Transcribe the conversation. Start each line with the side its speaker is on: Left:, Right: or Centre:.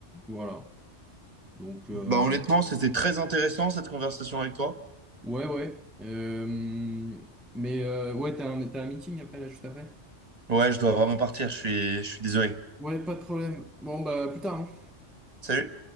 Centre: Voilà. Donc, euh,
Right: Bah, honnêtement, c'était très intéressant cette conversation avec toi.
Centre: ouais, ouais. Euh, mais euh, ouais, t'as un, t'as un meeting après, là, juste après?
Right: Ouais, je dois vraiment partir, je suis, je suis désolé.
Centre: Ouais, pas de problème. Bon, bah, à plus tard, hein.
Right: Salut.